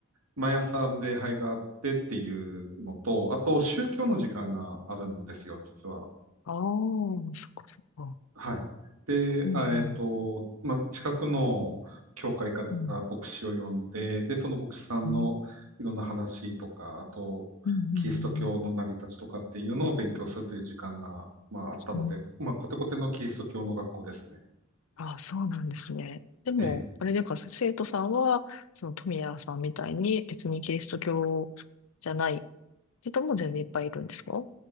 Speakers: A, on the right (about 80°); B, on the left (about 75°).
A: 毎朝礼拝があってっていうのと、あと宗教の時間があるんですよ、実は。
B: ああー、そっかそっか。
A: はい。で、
B: うんうん。
A: あえっと、まあ、近くの教会から牧師を呼んで、
B: うん。
A: で、その牧師さんのいろんな話とか、
B: うん。
A: あと、
B: うんう
A: キリスト教の成り立ちとかっていうのを勉強するという時間が、
B: ん
A: まあ、あったので、
B: うんうん。
A: まあ、コテコテのキリスト教の学校ですね。
B: ああそうなんですね。でも、
A: ええ
B: あれでか、生徒さんは、その富谷さんみたいに別にキリスト教じゃない人も全然いっぱいいるんですか